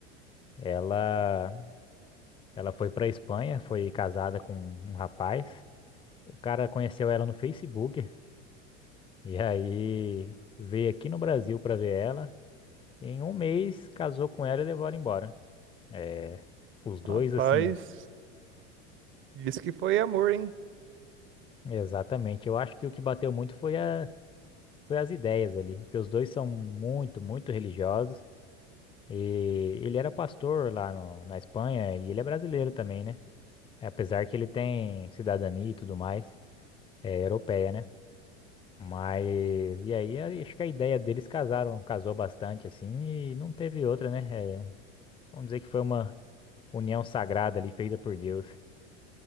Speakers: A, on the left (about 15°); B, on the right (about 35°).
A: Ela Ela foi para Espanha, foi casada com um rapaz. O cara conheceu ela no Facebook e aí veio aqui no Brasil para ver ela. E em um mês casou com ela e levou ela embora. É, os dois
B: Rapaz,
A: assim,
B: isso que foi amor, hein?
A: exatamente. Eu acho que o que bateu muito foi a foi as ideias ali, porque os dois são muito, muito religiosos. E ele era pastor lá no- na Espanha e ele é brasileiro também, né? Apesar que ele tem cidadania e tudo mais, é europeia, né? Mas, e aí, a- acho que a ideia deles casaram, casou bastante, assim, e não teve outra, né? É, vamos dizer que foi uma união sagrada ali, feita por Deus.